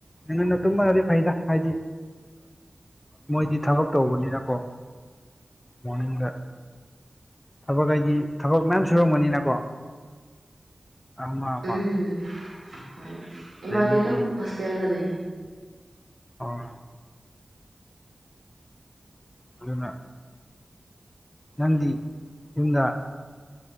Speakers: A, on the left; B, on the right.
A: ꯉꯟꯅ ꯇꯨꯝꯕꯗꯗꯤ ꯐꯩꯗ ꯍꯥꯏꯗꯤ ꯃꯣꯏꯗꯤ ꯊꯕꯛ ꯇꯧꯕꯅꯤꯅꯀꯣ ꯃꯣꯔꯅꯤꯡꯗ ꯊꯕꯛ ꯍꯥꯏꯗꯤ ꯊꯕꯛ ꯃꯌꯥꯝ ꯁꯨꯔꯝꯒꯅꯤꯅꯀꯣ ꯑꯃ ꯑꯃ
B: ꯎꯝ ꯍ
A: ꯑꯗꯒꯤꯗꯤ
B: ꯏꯃꯗꯤ ꯑꯗꯨꯣ ꯍꯣꯁꯇꯦꯜꯗ ꯂꯩꯒꯦ
A: ꯑꯥ ꯑꯗꯨꯅ ꯅꯟꯗꯤ ꯌꯨꯝꯗ